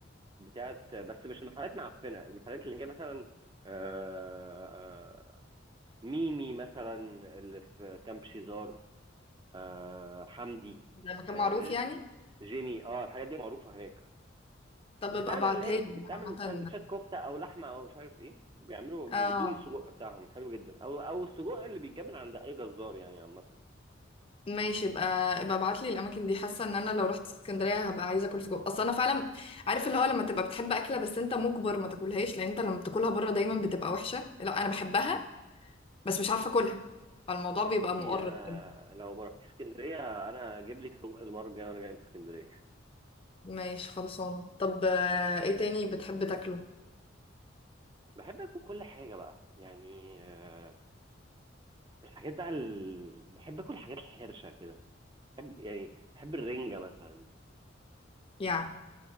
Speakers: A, on the right; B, on the left.
A: بتاعت بس مش المحلات معفنه المحلات اللي هي مثلا آه آه ميمي مثلا اللي في كامب شيزار آه حمدي
B: ده مكان
A: آه،
B: معروف يعني
A: جيمي اه الحاجات دي معروفه هناك
B: طب
A: بتعمل
B: ابقى ابعتها
A: اللي هي
B: لي
A: بتعمل
B: عامة
A: سندوتشات كفته او لحمه او مش عارف ايه بيعملوا
B: اه
A: دوقي السجق بتاعهم حلو جدا او او السجق اللي بيتجاب من عند اي جزار يعني عامه
B: ماشي ابقى ابقى ابعت لي الاماكن دي حاسه ان انا لو رحت اسكندريه هبقى عايزه اكل سجق اصل انا فعلا عارف اللي هو لما تبقى بتحب اكله بس انت مجبر ما تاكلهاش لان انت لما بتاكلها بره دايما بتبقى وحشه لا انا بحبها بس مش عارفة اكلها فالموضوع
A: يا
B: بيبقى
A: ستي
B: مقرب
A: آه،
B: كده
A: لو ما رحتيش اسكندريه انا اجيب لك سجق المره الجايه وانا جاي من اسكندريه
B: ماشي خلصانة طب آه، ايه تاني بتحب تاكله
A: بحب اكل كل حاجه بقى يعني آه، الحاجات بقى ال... بحب اكل الحاجات الحرشه كده بحب يعني بحب الرنجه مثلا
B: يعني